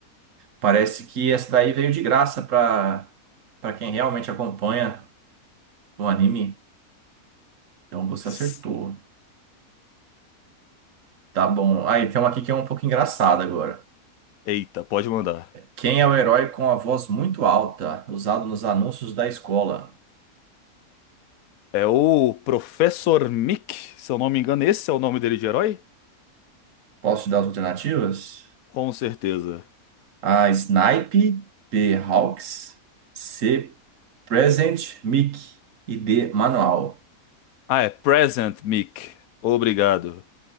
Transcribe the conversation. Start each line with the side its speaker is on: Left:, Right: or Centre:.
Right: Parece que essa daí veio de graça para para quem realmente acompanha o anime. Então você
Left: S-
Right: acertou. Tá bom. Aí tem uma aqui que é um pouco engraçada agora.
Left: Eita, pode mandar.
Right: Quem é o herói com a voz muito alta, usado nos anúncios da escola?
Left: É o Professor Mick, se eu não me engano, esse é o nome dele de herói?
Right: Posso te dar as alternativas?
Left: Com certeza.
Right: A. Snipe, B. Hawks, C. Present Mic e D. Manual.
Left: Ah, é Present Mic. Obrigado.